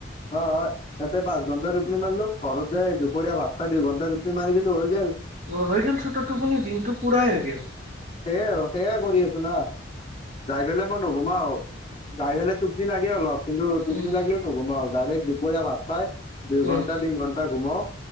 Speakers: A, on the left; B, on the right.
A: অ হয় এতে পাচঁ ঘণ্টা টোপনি মাৰলো ঘৰতে দুপৰীয়া ভাত খাই দুই ঘণ্টা টোপনি মাৰি দিলো হৈ গেল
B: অ হৈ গেল চোত টোপনি দিনতটো পুৰাই হৈ গেল
A: সেইয়াই সেয়াই কৰি আছো না যাই বেলে ক'ত নঘোমাও জাই বেলে টোপনি লাগে অলপ কিন্তু টোপনি
B: উম,
A: লাগলিও নঘোমাও ডাইৰেক্ট দুপৰীয়া ভাত খাই দুই
B: উম,
A: ঘন্টা তিন ঘণ্টা ঘোমাও